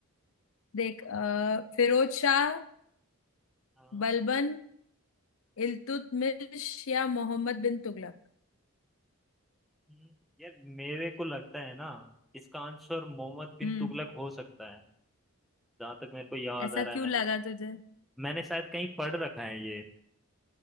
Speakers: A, on the left; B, in the centre.
A: देख अ, फिरोज शाह
B: हाँ
A: बलबन इल्तुतमिश या मोहम्मद बिन तुगलक
B: हम्म, यार मेरे को लगता है ना इसका आंसर मोहम्मद बिन
A: हम्म
B: तुगलक हो सकता है जहां तक मेरे को याद
A: ऐसा
B: आ रहा है
A: क्यों
B: मैंने
A: लगा तुझे
B: मैंने शायद कहीं पढ़ रखा है ये